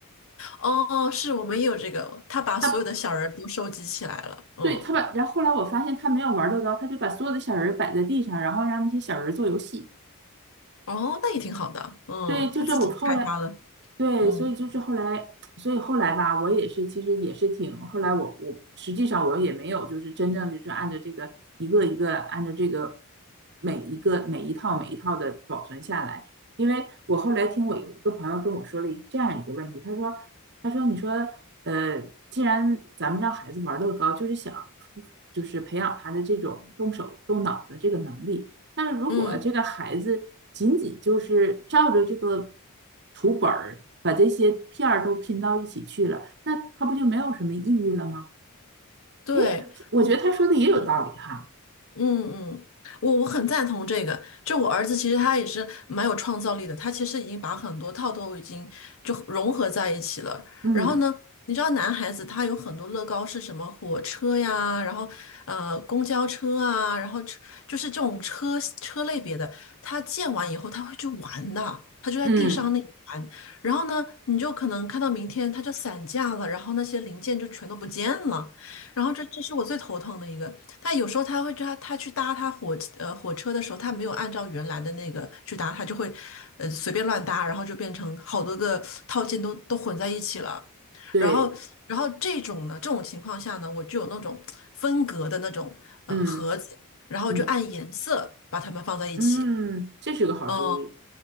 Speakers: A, on the left; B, on the right.
A: 哦，是我们也有这个，他把所有的小人都收集起来了，
B: <laughs> 他
A: 嗯，
B: 对他把，然后后来我发现他没有玩乐高，他就把所有的小人儿摆在地上，然后让那些小人儿做游戏。
A: 哦，那也挺好的，嗯，
B: 对，就是我后来
A: 他自己开发了，
B: 对，
A: 嗯
B: 所以就是后来，所以后来吧，我也是，其实也是挺，后来我我实际上我也没有，就是真正就是按照这个一个一个按照这个每一个每一套每一套的保存下来，因为我后来听我有一个朋友跟我说了一这样一个问题，他说他说你说呃，既然咱们让孩子玩乐高，就是想就是培养他的这种动手动脑的这个能力。但是如果这个孩子仅仅就是照着这个
A: 嗯。
B: 图本儿把这些片儿都拼到一起去了，那他不就没有什么意义了吗？
A: 对，
B: 诶，我觉得他说的也有道理哈。
A: 是，嗯嗯，我我很赞同这个。就我儿子其实他也是蛮有创造力的，他其实已经把很多套都已经就融合在一起了。
B: 嗯
A: 然后呢，你知道男孩子他有很多乐高是什么火车呀，然后呃公交车啊，然后车就是这种车车类别的，他建完以后他会去玩的，他就在地上那里玩。
B: 嗯，
A: 然后呢，你就可能看到明天它就散架了，然后那些零件就全都不见了。然后这这是我最头疼的一个。他有时候他会他他去搭他火呃火车的时候，他没有按照原来的那个去搭，他就会呃随便乱搭，然后就变成好多个套件都都混在一起了。
B: 对，
A: 然后然后这种呢，这种情况下呢，我就有那种分隔的那种呃盒子，
B: 嗯
A: 然后就按颜色把它们放在一起。
B: 嗯嗯，这是个好主意。
A: 嗯，